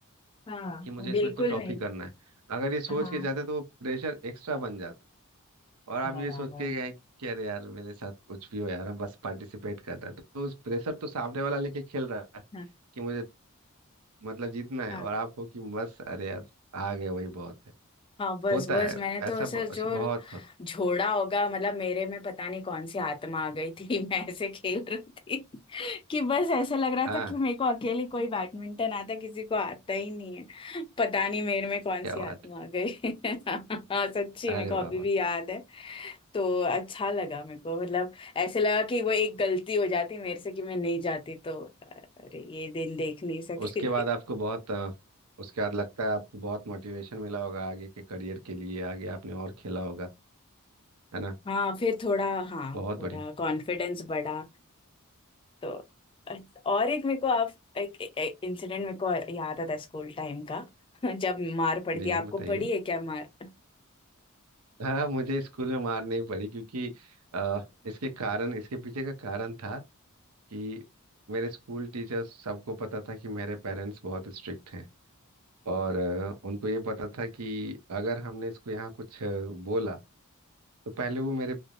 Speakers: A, on the left (about 25°); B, on the right (about 85°).
A: हाँ
B: कि मुझे
A: बिल्कुल
B: इसमें तो टॉप
A: नहीं
B: ही करना है अगर ये सोच
A: हाँ
B: के जाते तो वो प्रेशर एक्स्ट्रा बन जाता और आप
A: बराबर
B: ये सोच के गए कि अरे यार मेरे साथ कुछ भी हो यार हम बस पार्टिसिपेट कर रहे हैं तो उस प्रेशर तो सामने वाला लेके खेल रहा है
A: हाँ
B: कि मुझे मतलब जीतना है
A: हाँ।
B: और आप हो कि बस अरे यार आ गए वही बहुत है
A: हाँ बस
B: होता
A: बस
B: है
A: मैंने तो
B: ऐसा
A: ऐसे
B: ब-
A: जो
B: ऐसा बहुत होता
A: झोड़ा होगा मतलब मेरे में पता नहीं कौन सी आत्मा आ गई थी <laughs> मैं ऐसे खेल रही थी कि बस ऐसा लग रहा
B: है हाँ
A: था कि मेरे को अकेली कोई बैडमिंटन आता किसी को आता ही नहीं है पता नहीं मेरे में कौन
B: क्या
A: सी
B: बात
A: आत्मा आ गई <laughs> हाँ सच्ची
B: है
A: मेरे
B: अरे
A: को अभी
B: वाह वाह
A: भी याद है तो अच्छा लगा मेरे को मतलब ऐसे लगा कि वो एक गलती हो जाती मेरे से कि मैं नहीं जाती तो अरे ये दिन देख नहीं सकती
B: उसके बाद आपको बहुत अ, उसके बाद लगता है आपको बहुत मोटिवेशन मिला होगा आगे के करियर के लिए आगे आपने और खेला होगा है
A: <laughs>
B: ना
A: हाँ फिर थोड़ा हाँ
B: बहुत
A: थोड़ा
B: बढ़िया
A: कॉन्फिडेंस बढ़ा तो अच्छा, और एक मेरे को आप एक, इंसिडेंट मेरे को याद आता है स्कूल टाइम का <laughs> जब मार पड़ती
B: जी
A: है आपको
B: बताइए
A: पड़ी है क्या मार
B: हाँ मुझे स्कूल में मार नहीं पड़ी क्योंकि अ, इसके कारण इसके पीछे का कारण था कि मेरे स्कूल टीचर्स सबको पता था कि मेरे पेरेंट्स बहुत स्ट्रिक्ट हैं और अ, उनको ये पता था कि अगर हमने इसको यहाँ कुछ अ, बोला तो पहले वो मेरे